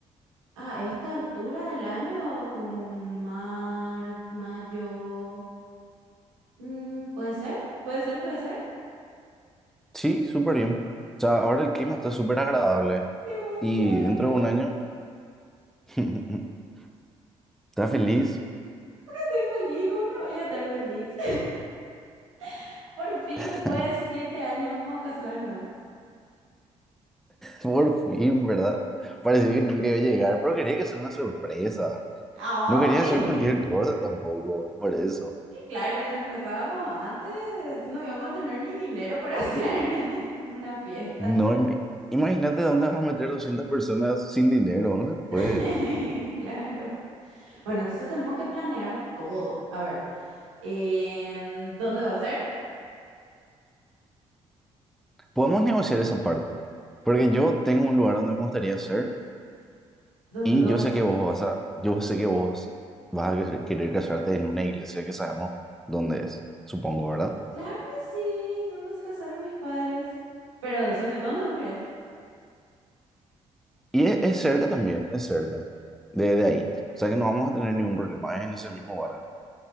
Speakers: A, on the right; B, in the centre.
A: a esta altura del año, como mar, mayo. Mm, ¿puede ser? ¿Puede ser? ¿Puede ser?
B: Sí, súper bien. O sea, ahora el clima está súper agradable.
A: ¡Qué emoción!
B: Y dentro de un año, <laughs> está feliz.
A: Estoy feliz, ¿cómo no voy a estar feliz? <laughs> Por fin,
B: <laughs>
A: después de siete años, vamos a casarnos.
B: Por fin, ¿verdad? Parecía que nunca iba a llegar, pero quería que sea una sorpresa.
A: ¡Ay!
B: No quería hacer cualquier
A: <laughs>
B: cosa tampoco, por eso.
A: Y claro, si nos casábamos antes, no íbamos a tener ni dinero para hacer <laughs> una fiesta.
B: No, im- imagínate dónde vas a meter 200 personas sin dinero, no se puede.
A: <laughs> Claro. Bueno, entonces tenemos que planear todo. A ver, em, ¿dónde va a ser?
B: Podemos negociar esa parte, porque yo tengo un lugar donde me gustaría ser
A: ¿Dónde,
B: y
A: dónde?
B: yo sé que vos vas a, yo sé que vos vas a querer querer casarte en una iglesia que sabemos dónde es, supongo, ¿verdad?
A: Claro que sí, ¿dónde se casaron mis padres? Pero decime, ¿dónde vos querés?
B: Y es, es cerca también, es cerca, de, de ahí. O sea que no vamos a tener ningún problema, es en ese mismo barrio.